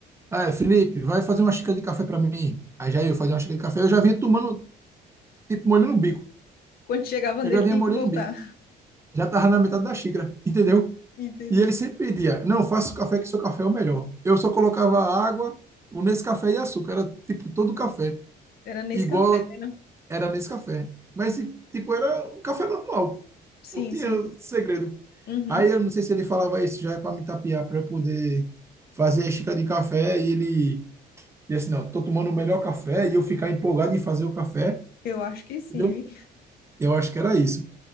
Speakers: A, on the right; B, on the left.
A: ah, Felipe, vai fazer uma xícara de café pra mim. Aí já eu fazia uma xícara de café. Eu já vinha tomando, tipo, molhando o bico
B: <laughs> Quando chegava
A: eu
B: nele,
A: já vinha
B: tinha
A: molhando
B: que voltar.
A: o bico. Já tava na metade da xícara, entendeu?
B: Entendi.
A: E ele sempre pedia, não, faça o café que seu café é o melhor. Eu só colocava água, o Nescafé e açúcar, era tipo todo café.
B: Era nesse
A: Igual
B: café, né? não?
A: era nesse café. Mas tipo, era um café normal.
B: Sim,
A: Não tinha
B: sim.
A: segredo.
B: Uhum.
A: Aí eu não sei se ele falava isso já para me tapear, para eu poder fazer a xícara de café e ele disse, não, tô tomando o melhor café e eu ficar empolgado em fazer o café,
B: Eu acho que sim,
A: entendeu?
B: vi.
A: Eu acho que era isso.